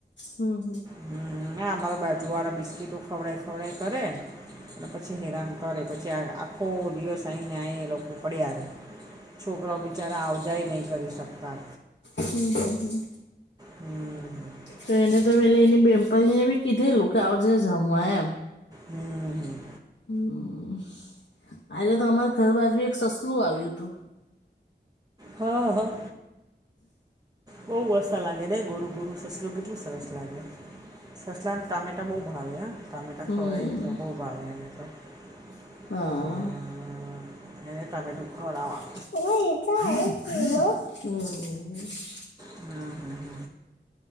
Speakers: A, on the left; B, on the right.
A: હમ
B: હમ ના અમારા બાજ જુ વાળા બિસ્કીટો ખવડાઈ ખવડાઈ કરે. અને પછી હેરાન કરે પછી આખો દિવસ આવીહીને આ એ લોકો પડ્યા રે છોકરા બિચારા આવજાય નહીં કરી શકતા
A: હમ હમ હમ
B: હમ
A: તો એને તો વે એની પણછ એને બી કીધેલું કે આવજે જમવા એમ
B: હમ હમ
A: હમ આજે તો તમામારે ઘર બાજુ એક સસલું આવ્યું હતું.
B: હા હા બઉુ મસ્ત લાગે ને ગોરુ ગોરુ સસલું કેટલું સરસ લાગે. સસલાને ટામેટા બહુ ભાવે હા ટામેટા
A: હમ
B: ખોડાય ને તો બહુ ભાવે એને તો.
A: હા
B: હમ, એને ટામેટું ખવડાવાનુ.
A: <unintelligible>
B: હમ હમ